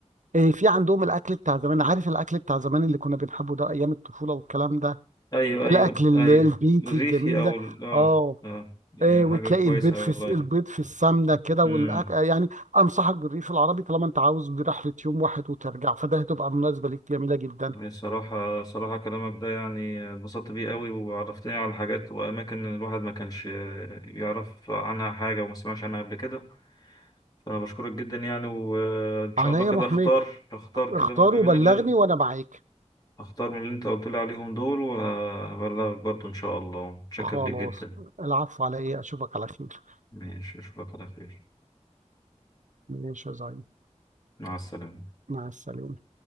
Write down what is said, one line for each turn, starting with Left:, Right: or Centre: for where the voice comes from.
Right: إيه، في عندهم الاكل بتاع زمان عارف الاكل بتاع زمان اللي كنا بنحبه ده ايام الطفوله والكلام ده
Left: ايوه ايوه
Right: الاكل ال-
Left: ايوه
Right: البيتي
Left: الريفي
Right: الجميل
Left: او
Right: ده
Left: ال... اه
Right: اه
Left: اه يعني
Right: إيه
Left: حاجه
Right: وتلاقي
Left: كويسه
Right: البيض في
Left: والله
Right: الس- البيض في السمنه كده
Left: امم
Right: والأك... آه، يعني انصحك بالريف العربي طالما انت عاوز برحله يوم واحد وترجع فده هتبقى مناسبه ليك جميله جدا
Left: صراحه صراحه كلامك ده يعني اتبسطت بيه قوي وعرفتني على حاجات واماكن الواحد ما كانش يعرف عنها حاجه وما سمعش عنها قبل كده فانا بشكرك جدا يعني وان شاء
Right: عليا
Left: الله
Right: يا
Left: كده
Right: ابو حميد
Left: اختار اختار كده
Right: اختار
Left: ما
Right: وبلغني
Left: بين اللي انت
Right: وانا معاك
Left: اختار من اللي انت قلت لي عليهم دول وهبلغك برضو ان شاء الله متشكر
Right: خلاص
Left: ليك جدا
Right: العفو على ايه اشوفك على خير
Left: ماشي اشوفك على خير
Right: ماشي يا زعيم
Left: مع السلامه
Right: مع السلامه